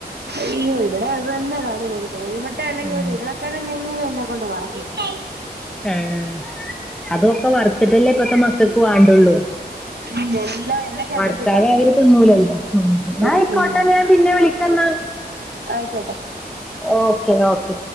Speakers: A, on the right; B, in the centre.
A: അയ്യോ ഇവിടെ അതന്നെ കാണിക്കു കോഴിമുട്ട അല്ലെങ്കിൽ
B: ഉം
A: ഒരു ഉരുള കെഴങ്ങങ്ങിലും എന്നെ കൊണ്ട് വറ പ്പിക്കും
B: ഏഹ് അതൊക്കെ വർത്ത്ട്ടല്ലേ ഇപ്പത്ത മക്കക്ക് വാണ്ടൊള്ളൂ
A: ഉം എല്ലാം എണ്ണക്കകത്തോട്ട്
B: വർത്താലവര്
A: ഇട്ടാ മതി
B: തിന്നൂലല്ലോ ഉം ന്നായിക്കോട്ടെ
A: ഉം
B: ഞാൻ പിന്നെ വിളിക്കന്നാ
A: ആയിക്കോട്ടെ
B: ഓക്കെ ഓക്കെ